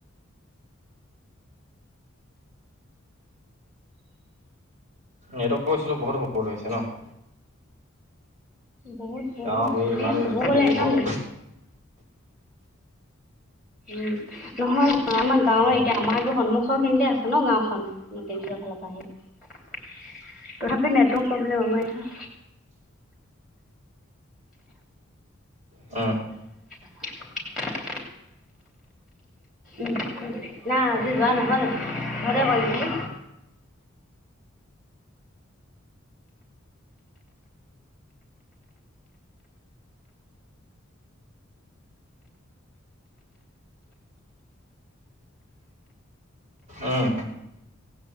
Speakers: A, on the right (about 35°); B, in the centre.
A: নেটৱৰ্কৰ ইচ্যুটো <unintelligible> বহুত <unintelligible> হৈছে ন?
B: বহুত বহুত
A: গাঁও ভূঁই
B: এনেই
A: ইমান
B: ক'ব গলে
A: হেৰি
B: ইমান
A: হৈ গ'ল।
B: উম নহয় নহয় আমাৰ গাঁৱৰ
A: অ',
B: এতিয়া আমাৰতো সন্মুখৰ খিনিতে আছে ন গাঁওখন, <unintelligible> ফালৰ পৰা আহি। তথাপিও নেটৱৰ্ক প্ৰব্লেম আমাৰ
A: অ।
B: <inaudible> উম না আজি যোৱা নহ'ল ঘৰতে কৰিম বুলি।
A: উম।